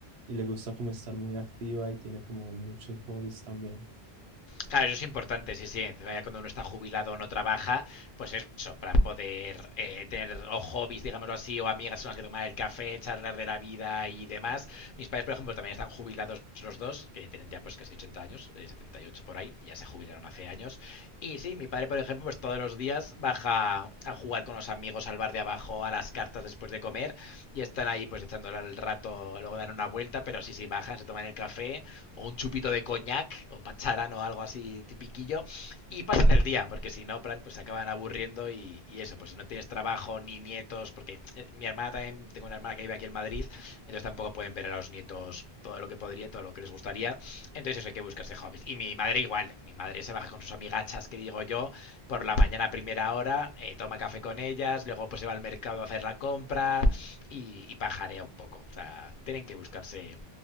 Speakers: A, on the right; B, on the left.
A: y le gusta como estar muy activa y tiene como muchos hobbies también.
B: Claro, eso es importante, sí, sí. Vaya, Cuando uno está jubilado o no trabaja, pues eso, para poder eh, tener o hobbies, digámoslo así, o amigas con las que tomar el café, charlar de la vida y demás. Mis padres, por ejemplo, también están jubilados los dos, que tienen ya pues casi 80 años, eh, 78 por ahí, ya se jubilaron hace años. Y sí, mi padre, por ejemplo, pues todos los días baja a jugar con los amigos al bar de abajo, a las cartas después de comer, y están ahí pues echándole el rato, luego dan una vuelta, pero sí, sí, bajan, se toman el café o un chupito de coñac o pacharán o algo así tipiquillo y pasan el día, porque si no, pues se acaban aburriendo y, y eso, pues si no tienes trabajo ni nietos, porque eh, mi hermana también, tengo una hermana que vive aquí en Madrid, entonces tampoco pueden ver a los nietos todo lo que podría, todo lo que les gustaría, entonces eso hay que buscarse hobbies. Y mi madre igual, mi madre se baja con sus amigachas que digo yo, por la mañana a primera hora, eh, toma café con ellas, luego pues se va al mercado a hacer la compra y, y pajarea un poco, o sea, tienen que buscarse